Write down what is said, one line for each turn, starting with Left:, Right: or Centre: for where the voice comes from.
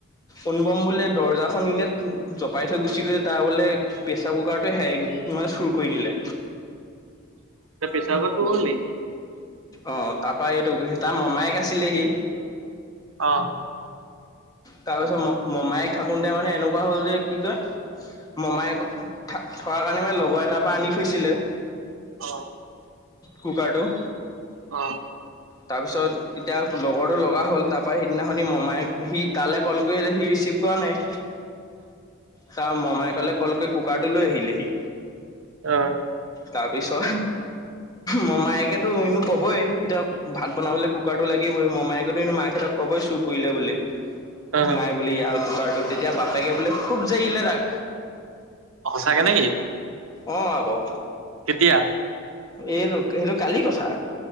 Left: অনুপম বোলে দৰ্জাখন এনে পাই থৈ গুচি গৈলে তাৰ বোলে প্ৰেছাৰ কুকাৰটো হে ইমান চুৰ কৰি নিলে
Right: ত পেছা কছো ব'ল নাই
Left: অ তাৰপা এইটো স তাৰ মামায়েক আছিলেহি
Right: অ
Left: তাৰ পিছত ম মমায়ক থাকোতে মানে এনেকুৱা হল যে কি কয় মমায়ক থোৱাৰ কাৰণে মানে লগৰ এটাৰ পৰা আনি থৈছিলে
Right: অ
Left: কুকাৰটো
Right: অ
Left: তাৰ পিছত এতিয়া লগৰ টো লগা হ'ল তাৰ পৰাৰা সিদিনাখনি মমাইে সি তালৈ কল কৰি সি ৰিচিভ কৰা নাই ছাৰ মমাই কলে কল কৰি কুকাৰটো লৈ আহিলেহি।
Right: অ'
Left: তাৰপিছত মমায়েকেতো এনো কবই কিতাপ ভাত বনাবলৈ কুকাৰটো লাগিবই। মমায়কতোন্তো মাকাহহঁক কবই চুৰ কৰিলে বুলি।
Right: অ অ
Left: নাই বুলি ই কুকাৰটো তেতিয়া বাপেকে বোলে খুব জায়িললে তাক।
Right: সচাকে নে কি?
Left: অ, আকৌ।
Right: এতিয়া।
Left: এইটো সেইটো কালি কথা